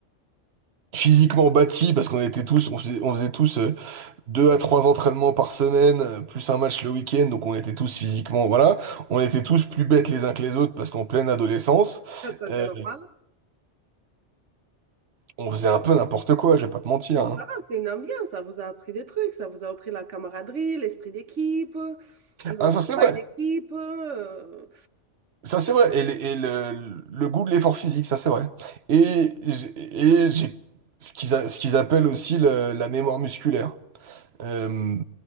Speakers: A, on the right (about 60°); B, on the right (about 85°).
A: physiquement bâti parce qu'on était tous, on faisait, on faisait tous euh, deux à trois entraînements par semaine, euh, plus un match le week-end, donc on était tous physiquement, voilà, on était tous plus bêtes les uns que les autres parce qu'en pleine adolescence,
B: Ça, C'est
A: euh,
B: normal,
A: on faisait un peu n'importe quoi, je vais pas te mentir.
B: mais c'est
A: hein.
B: pas grave, c'est une ambiance, ça vous a appris des trucs, ça vous a appris la camaraderie, l'esprit d'équipe, le
A: Ah ça c'est
B: travail
A: vrai.
B: d'équipe. euh.
A: Ça c'est vrai, et, le, et le- le goût de l'effort physique, ça c'est vrai. Et j'ai et j'ai ce qu'ils a- ce qu'ils appellent aussi le- la mémoire musculaire. Euh,